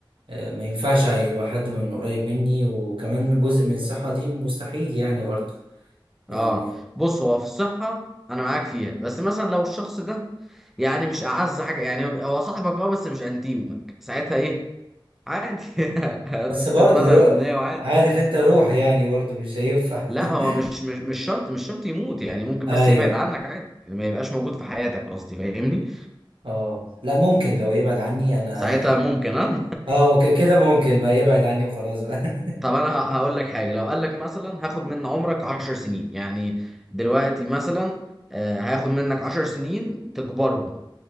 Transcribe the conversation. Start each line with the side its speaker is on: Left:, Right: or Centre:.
Right: آه، ما ينفعش يبقى حد من قريب مني وكمان جزء من الصحة دي مستحيل يعني برضو يعني
Centre: اه بص هو في الصحة أنا معاك فيها بس مثلا لو الشخص ده يعني مش أعز حاجة يعني هو هو صاحبك اه بس مش أنتيمك ساعتها إيه عادي <laughs> هتتمنى
Right: بس برضو رو...
Centre: الأمنية وعادي
Right: عارف انت روح يعني برضو مش هينفع
Centre: لا هو
Right: <laughs>
Centre: مش مش مش شرط مش شرط يموت يعني ممكن
Right: ايوه
Centre: بس يبعد عنك عادي يعني ما يبقاش موجود في حياتك قصدي فاهمني
Right: اه لا ممكن لو يبعد عني انا
Centre: ساعتها ممكن اه <laughs>
Right: اه ممكن كده ممكن بقى يبعد عني وخلاص بقى <laughs>
Centre: طب انا ه- هقول لك حاجه لو قال لك مثلا هاخد من عمرك 10 سنين يعني دلوقتي مثلا آه، هاخد منك 10 سنين تكبرهم